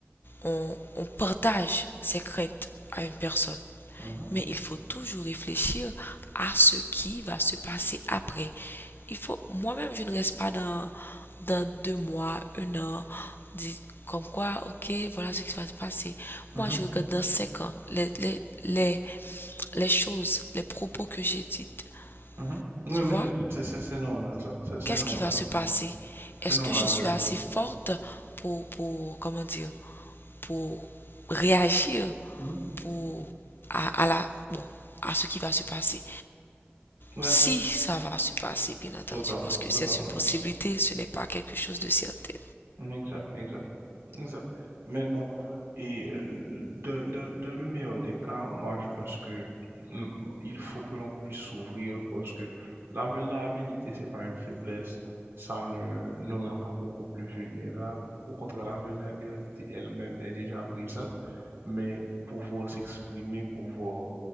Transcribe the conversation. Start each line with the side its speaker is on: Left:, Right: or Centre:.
Left: on, on partage ses craintes à une personne.
Right: Mhm,
Left: Mais il faut toujours réfléchir à ce qui va se passer après. Il faut, moi-même, je ne reste pas dans, dans deux mois, un an, dit comme quoi, ok, voilà ce qui va se passer.
Right: mhm,
Left: Moi, je regarde dans cinq ans les, les, les, les choses, les propos que j'ai dites.
Right: mhm. Oui,
Left: Tu
Right: mais
Left: vois?
Right: c'est c'est- c'est- c'est normal ça. C'est c'est
Left: Qu'est-ce
Right: normal.
Left: qui va se passer? Est-ce
Right: C'est normal
Left: que je suis
Right: de.
Left: assez forte pour, pour, comment dire, pour réagir
Right: Mhm.
Left: pour, à, à la, bon, à ce qui va se passer?
Right: Ouais,
Left: Si ça va se passer, bien entendu,
Right: totalement,
Left: parce que
Right: totalement.
Left: c'est une possibilité, ce n'est pas quelque chose de certain.
Right: Mhm, Exact, exact. Exact. Mais bon, et euh, de- de- dans le meilleur des cas, moi je pense que mm, il faut que l'on puisse s'ouvrir parce que la vulnérabilité, c'est pas une faiblesse, ça ne nous rend pas beaucoup plus vulnérables. Au contraire, la vulnérabilité elle-même est déjà présente, mais pouvoir s'exprimer, pouvoir